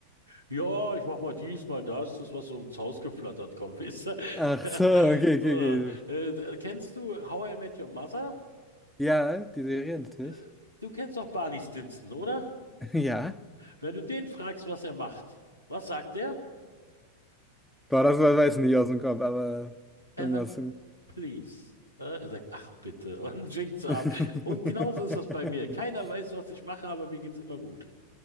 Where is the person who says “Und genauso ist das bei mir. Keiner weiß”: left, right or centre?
Left